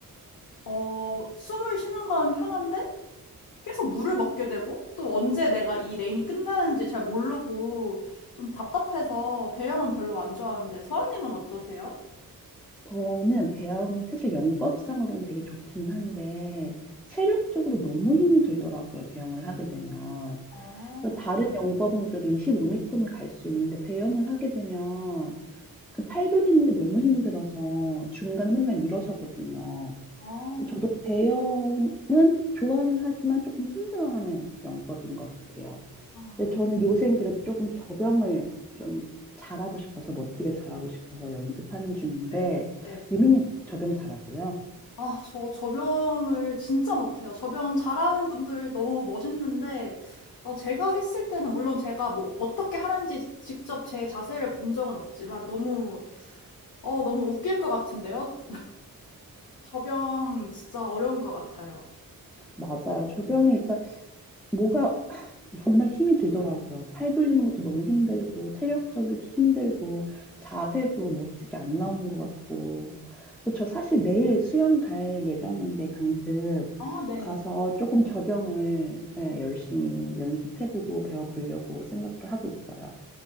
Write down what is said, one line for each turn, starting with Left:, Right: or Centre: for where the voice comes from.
Left: 어, 숨을 쉬는 건 편한데 계속 물을 먹게 되고 또 언제 내가 이 레인이 끝나는지 잘 모르고 좀 답답해서 배영은 별로 안 좋아하는데 서원님은 어떠세요?
Centre: 저는 배영이 사실 영법상으로는 되게 좋기는 한데 체력적으로 너무 힘이 들더라고요. 배영을 하게 되면.
Left: 아,
Centre: 그래서 다른 영법은 그래도 25m는 갈 수 있는데 배영을 하게 되면 그 팔 돌리는 게 너무 힘들어서 중간에 맨날 일어서거든요.
Left: 아,
Centre: 그래서 저도 배영은 좋아는 하지만 조금 힘들어하는 영법인 것 같아요.
Left: 아.
Centre: 근데 저는 요새는 그래도 조금 저병을 좀 잘하고 싶어서 멋지게 잘하고 싶어서 연습하는 중인데
Left: 네, 네.
Centre: 유미님 저병 잘하세요?
Left: 아, 저 접영을 진짜 못해요. 접영 잘하는 분들 너무 멋있는데, 어, 제가 했을 때는 물론 제가 뭐 어떻게 하는지 직접 제 자세를 본 적은 없지만 너무, 어, 너무 웃길 것 같은데요? 접영 진짜 어려운 것 같아요.
Centre: 맞아요. 저병이 일단 뭐가 <sighs> 정말 힘이 들더라고요. 팔 돌리는 것도 너무 힘들고 체력적으로도 힘들고 자세도 멋지게 안 나오는 것 같고 그래서 저 사실 내일 수영 갈 예정인데 강습
Left: 아, 네.
Centre: 가서 조금 저병을 예, 열심히 연습해보고 배워보려고 생각을 하고 있어요.